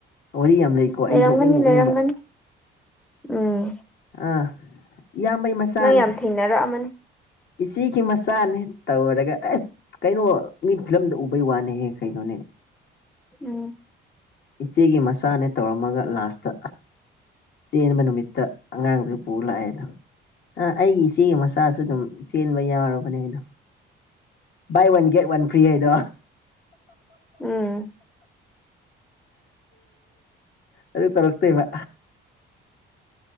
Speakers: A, on the left (about 60°); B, in the centre.
A: ꯋꯥꯔꯤ ꯌꯥꯝ ꯂꯩꯀꯣ ꯑꯩ
B: ꯂꯩꯔꯝꯒꯅꯤ
A: ꯅꯣꯛꯅꯤꯡ ꯅꯣꯛꯅꯤꯡꯕ
B: ꯂꯩꯔꯝꯒꯅꯤ ꯎꯝ
A: ꯑꯥ ꯏꯌꯥꯝꯕꯩ ꯃꯆꯥꯅꯦ
B: ꯅꯪ ꯌꯥꯝ ꯊꯦꯡꯅꯔꯛꯑꯃꯅꯤ
A: ꯏꯆꯦꯒꯤ ꯃꯆꯥꯅꯦ ꯇꯧꯔꯒ ꯑꯦ ꯀꯩꯅꯣ ꯃꯤ ꯐꯤꯂꯝꯗ ꯎꯕꯩ ꯋꯥꯅꯤꯍꯦ ꯀꯩꯅꯣꯅꯦ <unintelligible>
B: ꯎꯝ
A: ꯏꯆꯦꯒꯤ ꯃꯆꯥꯅꯦ ꯇꯧꯔꯝꯃꯒ ꯂꯥꯁꯇ ꯆꯦꯟꯕ ꯅꯨꯃꯤꯠꯇ ꯑꯉꯥꯡꯗꯨꯁꯨ ꯄꯨ ꯂꯥꯛꯑꯦꯗ ꯑ ꯑꯩꯒꯤ ꯏꯆꯦꯒꯤ ꯃꯆꯥꯁꯨ ꯑꯗꯨꯝ ꯆꯦꯟꯕ ꯌꯥꯎꯨꯔꯕꯅꯦ ꯑꯩꯗꯣ buy one get one free ꯍꯥꯏꯗ
B: ꯑꯁ ꯎꯝ
A: ꯑꯗꯨ ꯇꯧꯔꯛꯇꯣꯏꯦꯕ